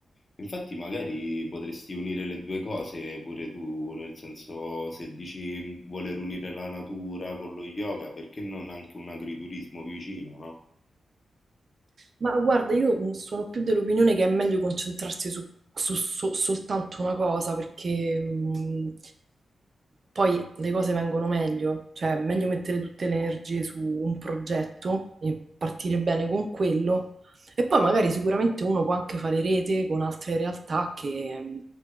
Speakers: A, on the left; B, on the right.
A: Infatti magari potresti unire le 2 cose pure tu, nel senso se dici "Mhmm, voler unire la natura con lo yoga, perché non anche un agriturismo vicino, no?
B: Ma guarda, io mh, sono più dell'opinione che è meglio concentrarsi su, su- so- soltanto una cosa, perché mh, poi le cose vengono meglio, cioè è meglio mettere tutte le energie su un progetto e partire
A: Mh-mh,
B: bene con quello, e poi magari sicuramente uno può anche fare rete con altre realtà che, mh,